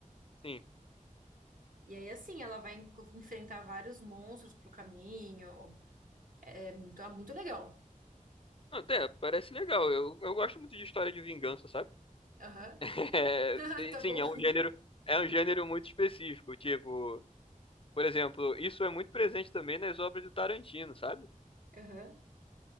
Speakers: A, on the left; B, on the right.
A: Sim.
B: E aí, assim, ela vai en- enfrentar vários monstros pro caminho. É muito, é muito legal.
A: Ah, Até, parece legal. Eu, eu gosto muito de história de vingança, sabe?
B: Aham.
A: <laughs> É,
B: <laughs> Ah,
A: e
B: Tá
A: sim,
B: bom.
A: é um gênero, é um gênero muito específico. Tipo, por exemplo, isso é muito presente também nas obras do Tarantino, sabe?
B: Aham.